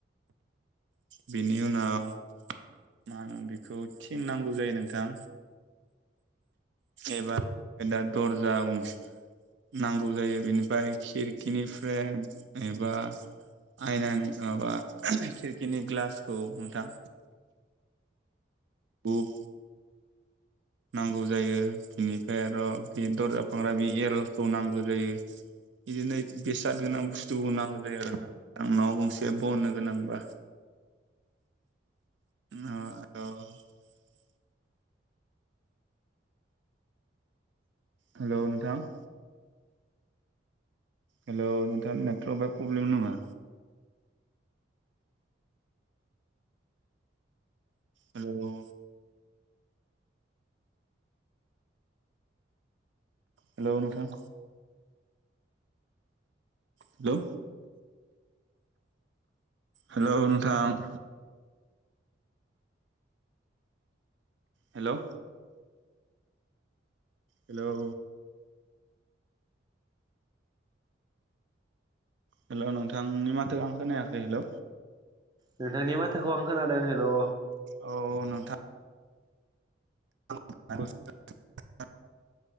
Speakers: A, on the right (about 70°); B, on the right (about 20°).
A: बेनि उनाव मा होनो बिखौ थिं नांगौ जायो नोंथां। एबार दा दर्जा गंस नांगौ जायो बिनिफाय खिरखिनि फ्रेम एबा आयनानि माबा <unintelligible> खिरखिनि ग्लासखौ नोंथां। हुब। नांगौ जायो बिनिफ्राय आर' बि दरजा फांग्रा बि एलखौ नांगौ जायो। बिदिनो बेसाद गोनां बुस्थुफोरखौ नांगौ जायो आरो ना आं न' गंसे बननो गोनांबा
B: <inaudible>
A: <unintelligible> हेलौ नोंथां। हेल' नोंथां नेट्रबा पब्लेम नामा? हेलौ हेलौ नोंथां। हेलौ हेलौ नोंथां। हेलौ हेलौ हेलौ' नोंथां नि माथो आं खोनायाखै, हेलौ
B: नोंथांनि माथोखौ आं खोनादों हेलौ।
A: औ औ नोंथां <inaudible>